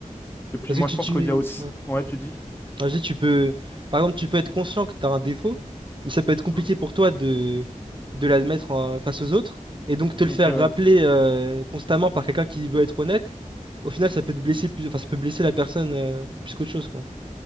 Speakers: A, on the left; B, on the right.
A: Et puis
B: Parce
A: moi,
B: que tu,
A: je pense
B: tu...
A: qu'il y a aussi... Ouais, tu dis?
B: Ah, je dis, tu peux, par exemple, tu peux être conscient que tu as un défaut, mais ça peut être compliqué
A: Hmm.
B: pour toi de, de l'admettre en- face aux autres. Et donc, te le
A: Ok,
B: faire
A: voilà.
B: rappeler euh, constamment par quelqu'un qui veut être honnête, au final, ça peut te blesser plus, enfin, ça peut blesser la personne euh, plus qu'autre chose, quoi.